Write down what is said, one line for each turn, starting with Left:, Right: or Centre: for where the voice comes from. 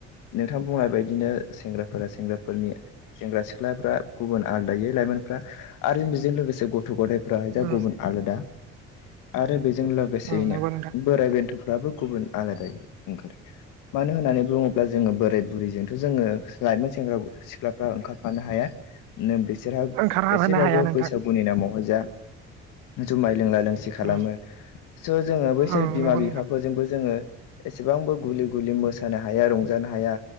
Left: नोंथां बुंनाय बायदिनो सेंग्राफोरा सेंग्राफोरनि सेंग्रा सिख्लाफ्रा गुबुन आलदायै लाइमोनफ्रा आरो बिजों लोगोसे गथ' गथाय फ्रा जा
Right: उम
Left: गुबुन आलादा आरो बेजों लोगोसेयैनो
Right: ओं नंगौ नोंथां
Left: बोराइ बेन्थ' फोराबो गुबुन आलादायै ओंखारो मानो होननानै बुङोब्ला जोङो बोराय बुरैजोंथ जोङो लाइमोन सेंग्रा सिख्लाफ्रा ओंखारफानो हाया नोमबै बिसोरहा
Right: ओंखारहाबोनो
Left: एसेबाबो
Right: हाया नोंथां
Left: बैसागुनि नामावहाय जा जुमाय लोंला लोंसि खालामो
Right: ओं
Left: स' जोङो बैसोर
Right: ओं
Left: बिमा
Right: नंगौ
Left: बिफाफोरजोंबो
Right: नोंथां
Left: जोङो एसेबांबो गुलि गुलि मोसानो हाया रंजानो हाया